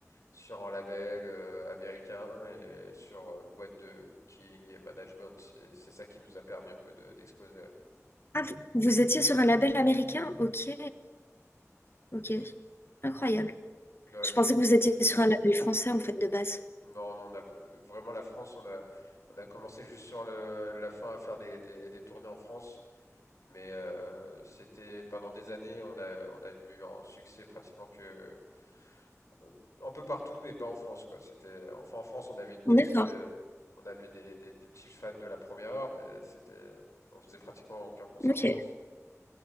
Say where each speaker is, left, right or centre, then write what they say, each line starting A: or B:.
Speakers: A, on the left (about 70°); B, on the left (about 45°).
A: sur un label euh, américain et sur euh, boîte de booking et management. Et c'est ça qui nous a permis un peu de- d'exploser. ouais.
B: Ah, vous vous étiez sur un label américain? Ok, ok. Incroyable.
A: Ouais.
B: Je pensais que vous étiez sur un label français, en fait, de base.
A: Non, non, on a euh, vraiment la France, on a, on a commencé juste sur le, la fin à faire des, des, des tournées en France. Mais euh, c'était pendant des années, on a, on a eu un succès pratiquement que euh, un peu partout, mais pas en France, quoi. C'était, enfin, en France, on avait une petite,
B: D'accord,
A: euh, on avait des, des, des petits fans de la première heure, mais c'était, on faisait pratiquement aucun concert
B: ok.
A: en France.